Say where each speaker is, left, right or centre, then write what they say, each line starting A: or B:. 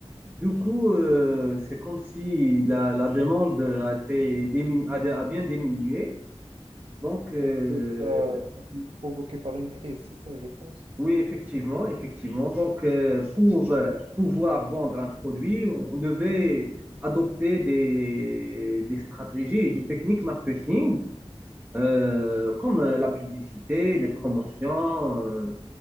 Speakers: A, on the right; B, on the right.
A: Du coup, euh, c'est comme si la, la demande a, été diminu- a, a bien diminué. Donc, euh,
B: Ouais, c'est ça, c'était provoqué par une crise, c'est ça, je pense.
A: oui, effectivement, effectivement. Donc, euh, pour euh, pouvoir vendre un produit, on devait adopter des, des stratégies et des techniques marketing, euh, comme euh, la publicité, les promotions, euh,